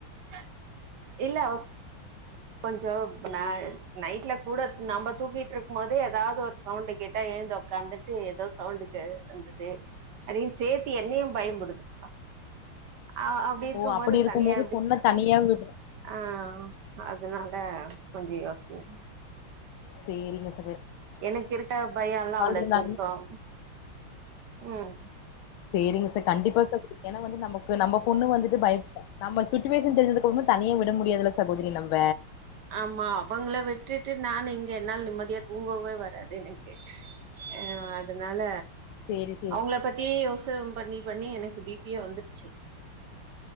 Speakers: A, on the right (about 65°); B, on the left (about 80°).
A: ஆ இல்ல கொஞ்சோ ந நைட்ல கூட நம்ம தூக்கிட்டு இருக்கும் போதே ஏதாவது ஒரு சவுண்டு கேட்டா எழுந்து உக்காந்துட்டு ஏதோ சவுண்டுக்கு வந்தது அப்டின்னு சேத்து என்னயும் பயம்புடுத்துவா அஹ் அப்டி இருக்கும்போது
B: ஓ அப்டி இருக்கும்
A: தனியா
B: போது
A: எப்டி
B: பொண்ண தனியா விட்ற
A: ஆஹ் அதுனால கொஞ்ச யோசனை
B: சேரிங்க ச
A: எனக்கு இருக்க பயம்ல்லாம் அவளுக்கு
B: இருந்தாங்க
A: இருக்கும் உம்
B: செரிங்க ச கண்டிப்பா சகோதரி ஏன்னா வந்து நமக்கு நம்ம பொண்ணு வந்துட்டு பயப் நம்ம சுச்சுவேஷன் தெரிஞ்சதுக்கு அப்றமு தனியே விட முடியாதுல்ல சகோதிரி நம்ம
A: ஆமா அவங்கள விட்டுட்டு நான் இங்க என்னால நிம்மதியா துங்கவே வராது எனக்கு அஹ் அதுனால
B: சேரி சேரி
A: அவுங்கள பத்தியே யோசன பண்ணி பண்ணி எனக்கு பி பியே வந்துருச்சு